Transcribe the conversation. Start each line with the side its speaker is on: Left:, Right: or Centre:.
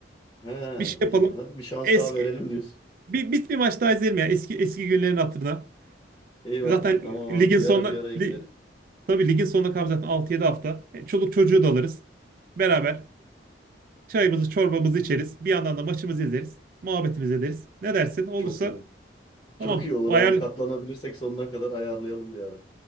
Left: He,
Right: Bir şey yapalım.
Left: yeni, hadi bir şans
Right: Eski
Left: daha verelim diyorsun.
Right: bir, bir, bir maç daha izleyelim ya eski eski günlerin hatırına.
Left: Eyvallah.
Right: Zaten
Left: Tamam
Right: ligin
Left: abi. Bir
Right: sonuna
Left: ara bir araya gelelim.
Right: li, tabii ligin sonuna kalmış zaten altı yedi hafta. E, Çoluk çocuğu da alırız. Beraber Çayımızı,
Left: Aynen.
Right: çorbamızı içeriz. Bir yandan da maçımızı izleriz. Muhabbetimizi ederiz. Ne dersin? Olursa
Left: Çok iyi.
Right: tamam.
Left: Çok iyi olur
Right: Ayarlı.
Left: abi. Katlanabilirsek sonuna kadar ayarlayalım bir ara.